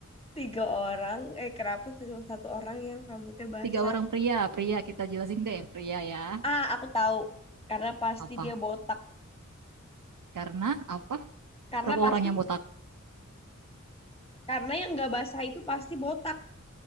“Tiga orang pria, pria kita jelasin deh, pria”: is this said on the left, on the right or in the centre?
Right